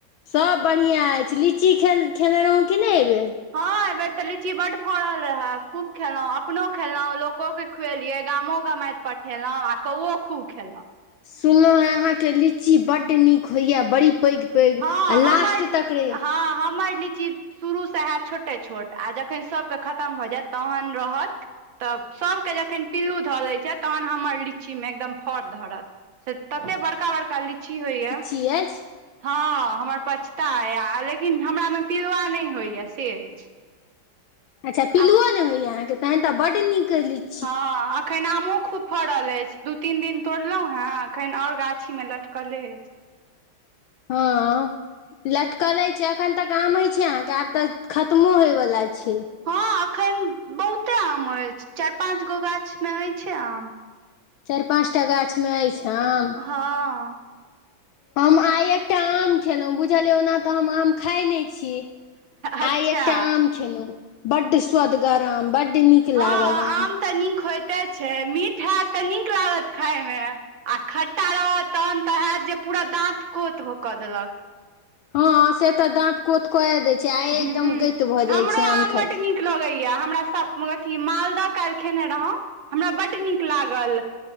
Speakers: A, on the left; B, on the right.
A: सब बढ़िआँ अछि लीची खे खेने रहौँ कि नहि एहिबेर
B: हँ एहि बेेर तऽ लीची बड फड़ल रहै खूब खेलहुं अपनो खेलहुं लोकोक के खुएलिये गामोे गमाइत पठेलिये आ कौओ खूब खेलक
A: सुनलहुँ हेँ अहाँके लीची बड नीक होइया बड़ी पैघ पैघ
B: हँ
A: आ लास्ट
B: हमर
A: तक रे
B: हँ हमर लीची शुरूसँ हैत छोटे छोट आ जखन सभके खतम भऽ जायत तहन रहत तऽ सभके जखन पिल्लू धऽ लैत छथि तहन हमर लीचीमे एकदम फड़ धरत स तते बड़का बड़का लीची होइया
A: छीये
B: हँ हमर पछता अय लेकिन हमरा मे पिलवा नहि होइया से अछि
A: अच्छा पिलुओ
B: आ
A: नहि होइया अहाँके तन तऽ बड नीक कहली छी
B: हँ खन आमो खूब फड़ल अछि दू तीन दिन तोड़लहुॅं हँ खखन आओर गाछी मे लटकले अछि
A: हँ लटकले छै एखन तक आम अछै अहाँके आब तऽ खत्मो होयवला छै
B: हँ एखन बहुते आम अछि चाइर पाँच गो गाछ में अछिये आम
A: चाइर पाँच टा गाछ मे अछि आम
B: हँ
A: हम आइ एकटा आम खेलहुँ बुझलिय ओना तऽ हम आम खाय नहि छी
B: अच्छा
A: आइ एकटा आम खेलहुँ बड्ड स्वदगर आम बड नीक
B: हँ
A: लागल आम
B: तऽ नीक होइते छै मीठ हयत तऽ नीक लागत खाय मे आ खट्टा रहत तहन तऽ हयत जे पूरा दात कोत कऽ देलक
A: हँ से तऽ दाँत कोत क य दै छै आ एकदम
B: हूँ
A: गति भऽ
B: हमरो
A: जाइ छै आम
B: बड्ड
A: खाइ छै
B: नीक लगैया हमरा सब अथी मालदह काल्हि खेने रहौ हमरा बड्ड नीक लागल